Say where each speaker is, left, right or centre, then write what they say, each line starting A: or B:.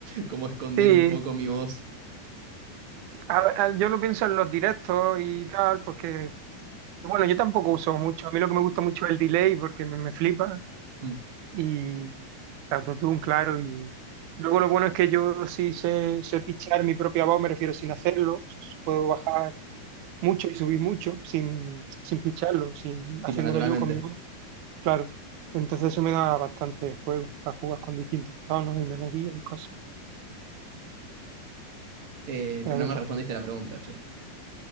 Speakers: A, on the right (about 40°); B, on the right (about 70°).
A: como esconder
B: Sí,
A: un poco mi voz,
B: a- a- yo lo pienso en los directos y tal, porque, bueno, yo tampoco uso mucho. A mí lo que me gusta mucho es el delay porque me, me flipa
A: mm,
B: y el autotune, claro. Y luego lo bueno es que yo sí sé, sé pichear mi propia voz, me refiero sin hacerlo. Puedo bajar mucho y subir mucho sin, sin picharlo, sin,
A: tipo
B: haciéndolo
A: naturalmente.
B: yo con mi voz, claro. Entonces eso me da bastante juego para jugar con distintos tonos y melodías y cosas,
A: Eh,
B: la
A: pero no
B: verdad.
A: me respondiste la pregunta, che.